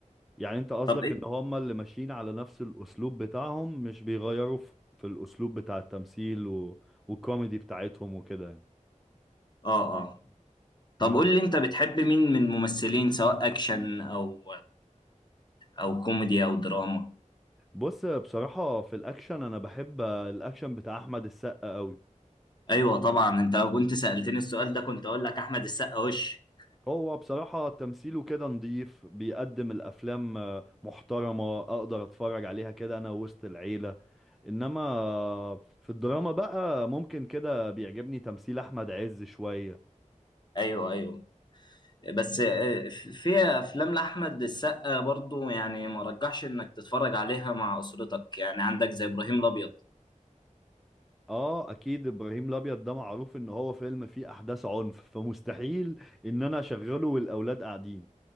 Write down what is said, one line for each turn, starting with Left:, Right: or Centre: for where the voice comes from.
Centre: يعني انت قصدك
Left: طب إيه
Centre: ان هما اللي ماشيين على نفس الاسلوب بتاعهم مش بيغيروا في, في الاسلوب بتاع التمثيل و... والكوميدي بتاعتهم وكده يعني.
Left: اه اه طب
Centre: مم.
Left: قول لي انت بتحب مين من الممثلين سواء اكشن او او كوميدي او دراما
Centre: بص بصراحة في الاكشن انا بحب الاكشن بتاع احمد السقا قوي
Left: ايوه طبعا انت لو كنت سألتني السؤال ده كنت اقول لك احمد السقا وش
Centre: هو بصراحة تمثيله كده نضيف بيقدم الافلام آه، محترمة اقدر اتفرج عليها كده انا وسط العيلة انما في الدراما بقى ممكن كده بيعجبني تمثيل احمد عز شوية
Left: ايوه ايوه بس آه، في افلام لاحمد السقا برضو يعني ما رجحش انك تتفرج عليها مع اسرتك يعني عندك زي ابراهيم الابيض
Centre: اه اكيد ابراهيم الابيض ده معروف ان هو فيلم فيه احداث عنف فمستحيل ان انا اشغله والاولاد قاعدين